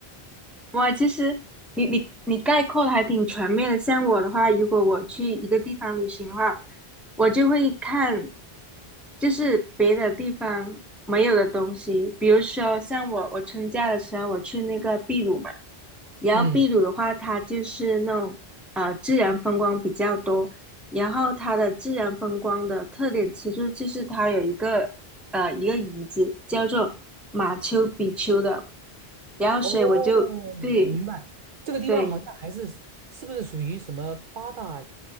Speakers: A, in the centre; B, on the right (about 60°).
A: 哇，其实你你你概括的还挺全面的。像我的话，如果我去一个地方旅行的话，我就会看，就是别的地方没有的东西。比如说，像我我春假的时候，我去那个秘鲁嘛，然后秘鲁的话，
B: 嗯。
A: 它就是那种呃自然风光比较多，然后它的自然风光的特点其实就是它有一个呃一个遗址叫做马丘比丘的。然后所以我就对
B: 哦，我明白，这个地方好像还是是不是属于什么八大
A: 对